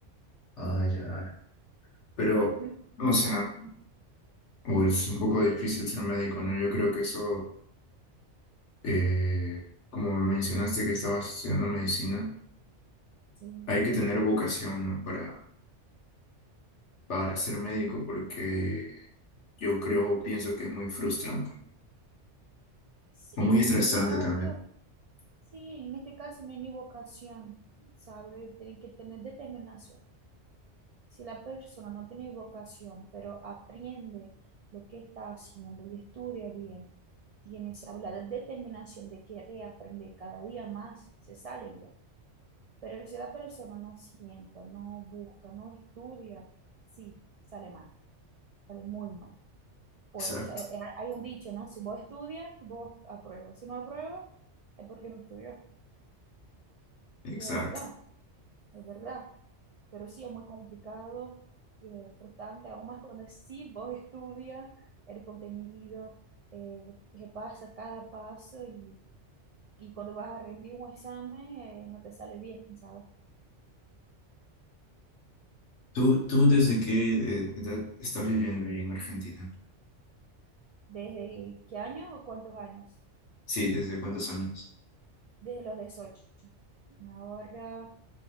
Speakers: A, on the left; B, on the right.
A: Ah, ya. Pero,
B: Sí,
A: o sea, o es un poco difícil ser médico, ¿no? Yo creo que eso, eh, como me mencionaste que estabas estudiando medicina,
B: <laughs>
A: hay
B: sí.
A: que tener vocación, ¿no? Para, para ser médico, porque Yo creo, pienso que es muy frustrante,
B: Sí,
A: o muy estresante
B: en este caso,
A: también.
B: sí, en este caso no hay ni vocación, ¿sabes? Tiene que tener determinación. Si la persona no tiene vocación, pero aprende lo que está haciendo y estudia bien, tiene esa la determinación de querer aprender cada día más, se sale bien. Pero si la persona no sienta, no busca, no estudia, sí, sale mal, sale muy mal. Pues
A: Exacto,
B: eh, eh, hay un dicho, ¿no? Si vos estudias, vos apruebas. Si no apruebas, es porque no estudió.
A: exacto.
B: Y es verdad, es verdad. pero sí es muy complicado, eh, frustrante, aún más cuando sí vos estudias el contenido, eh, repasa cada paso y, y cuando vas a rendir un examen eh, no te sale bien, ¿sabes?
A: ¿Tú, tú desde qué eh, edad estás viviendo ahí en Argentina?
B: ¿Desde qué año o cuántos años?
A: Sí, ¿desde cuántos años?
B: Desde los 18. Ahora